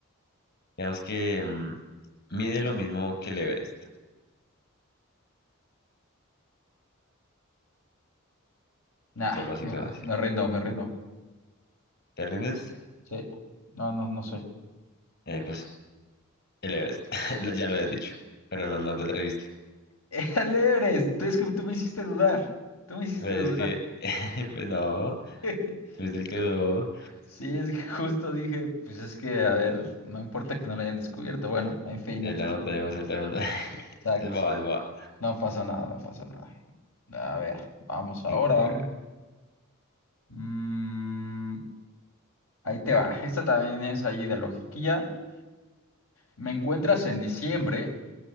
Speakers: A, on the left (about 55°); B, on the left (about 85°).
A: Digamos que mm, mide lo mismo que el Everest,
B: Nah,
A: solo así
B: no,
A: te voy a decir.
B: me rindo, me rindo.
A: ¿Te rindes?
B: Sí. No, no, no sé.
A: Eh, pues el Everest, <laughs> lo- ya lo habías dicho, pero no, no te atreviste.
B: <laughs> Era el Everest. Tú- Es que tú me hiciste dudar. Tú me hiciste
A: Pero es
B: dudar.
A: que, <laughs> pues no,
B: <laughs>
A: tuviste el que dudó,
B: Sí, es que justo dije, pues es que, a ver, no importa que no lo hayan descubierto. Bueno, en fin,
A: es
B: no pasa
A: la montaña
B: nada.
A: más alta del mundo. <laughs>
B: Exacto.
A: Es boba, es boba.
B: No pasa nada, no pasa nada. A ver, vamos ahora.
A: Ninguna-
B: Mm, Ahí te va. Esta también es ahí de logiquilla. Me encuentras en diciembre,